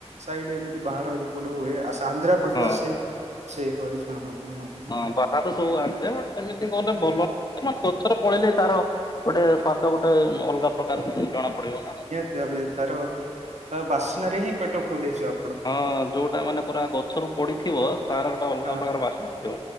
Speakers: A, on the right; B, on the left.
A: ସାଇଡ ଏମିତି ବାହାର ଏ ପଟୁ ହୁଏ ଆନ୍ଧ୍ରା ପଟୁ
B: ହଁ
A: ଆସେ ସେଇ ହଳି ହଁ ହଁ ହଁ ହଁ।
B: ହଁ ବାହାରୁ ସବୁ ଆସେ ସେମିତି କ ଭଲ ଗଛରେ ପଳେଲେ ତାର ଗୋଟେ ସ୍ଵାଦ ଗୋଟେ ଅଲଗା ପ୍ରକାର ଜଣା ପଡିବ ନା।
A: ଏ ତାର ତା ବାସ୍ନାରେ ହିଁ ପେଟ ଫୁଲ ହେଇ ଯା
B: ହଁ ଯୋଉଟା ମାନେ ପୁରା ଗଛରୁ ପଡିଥିବ ତାର ଗୋଟେ ଅଲଗା
A: ହଁ
B: ପ୍ରକାର
A: ହଁ
B: ବାସ୍ନାଥିବ।